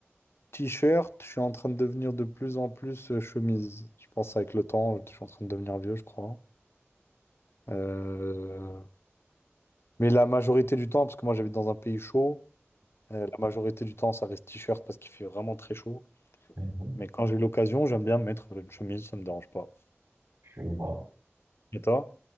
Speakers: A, on the left; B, on the right.
A: T-shirt, je suis en train de devenir de plus en plus euh, chemise. Je pense avec le temps, je suis en train de devenir vieux, je crois. Euh, Mais la majorité du temps, parce que moi j'habite dans un pays chaud, euh, la majorité du temps ça reste t-shirt parce qu'il fait vraiment très chaud.
B: Mhm,
A: Mais quand j'ai l'occasion, j'aime bien mettre une chemise, ça me dérange pas.
B: Je vois.
A: Et toi?